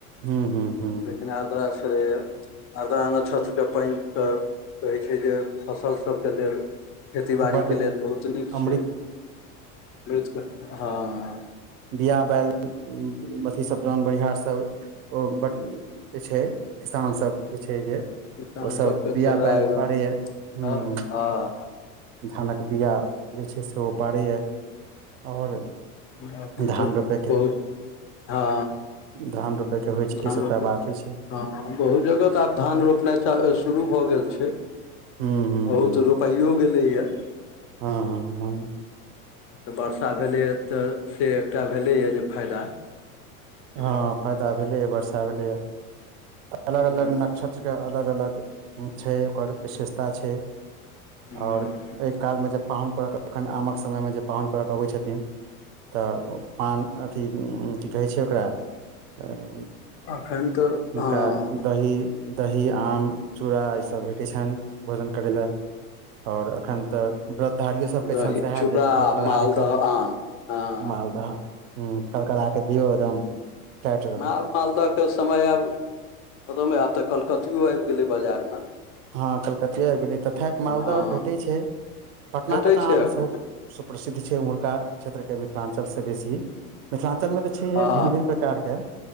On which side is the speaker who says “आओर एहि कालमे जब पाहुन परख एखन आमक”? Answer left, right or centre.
Right